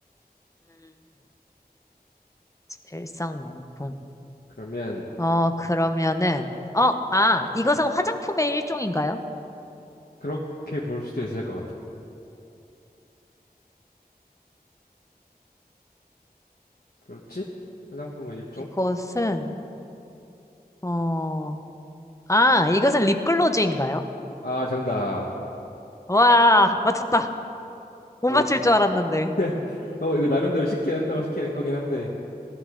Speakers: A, on the left; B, on the left.
A: 음, 일상용품.
B: 그러면
A: 어, 그러면은, 어, 아, 이것은 화장품의 일종인가요?
B: 그렇게 볼 수도 있을 것 같아. 그렇지? 화장품의 일종?
A: 이것은, 어, 아, 이것은 립글로즈인가요?
B: 아, 정답.
A: 와, 맞췄다. 못
B: 얼...
A: 맞출 줄 알았는데.
B: <laughs> 어, 이거 나름대로 쉽게 낸다고 쉽게 낸 거긴 한데,